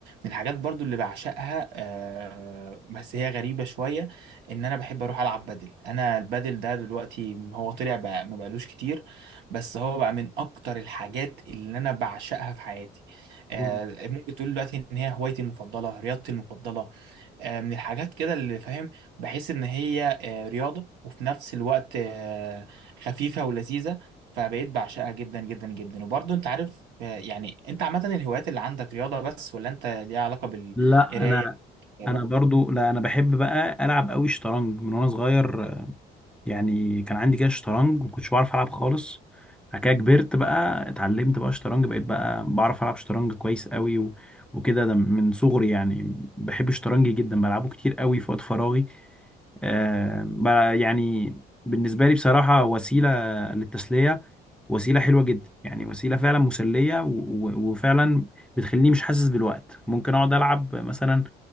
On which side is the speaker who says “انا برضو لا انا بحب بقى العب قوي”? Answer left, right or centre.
Centre